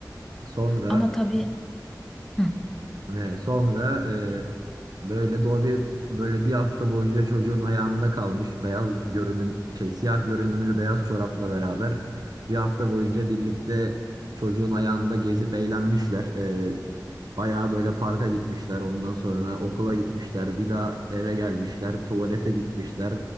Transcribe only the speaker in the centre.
Ama tabii hı.